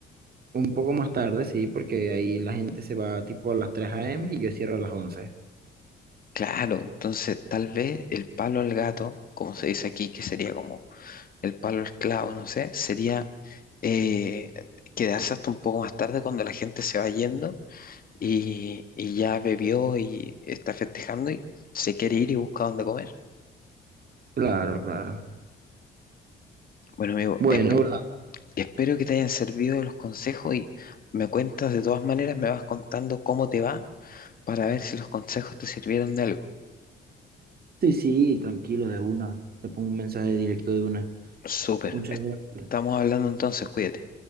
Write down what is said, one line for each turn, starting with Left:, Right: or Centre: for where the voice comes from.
Right: Un poco más tarde, sí, porque ahí la gente se va tipo a las tres a m y yo cierro a las once
Left: Claro, entonces tal vez el palo al gato, como se dice aquí, que sería como el palo al clavo, no sé, sería eh, quedarse hasta un poco más tarde cuando la gente se va yendo y, y ya bebió y está festejando y se quiere ir y busca dónde comer.
Right: Claro, claro.
Left: Bueno, amigo,
Right: Bueno,
Left: esp-
Right: Orlando.
Left: Espero que te hayan servido los consejos y me cuentas de todas maneras, me vas contando cómo te va para ver si los consejos te sirvieron de algo.
Right: Sí, sí, tranquilo, de una. Te pongo un mensaje directo de una.
Left: Súper.
Right: Muchas
Left: Estamos
Right: gracias.
Left: hablando entonces, cuídate.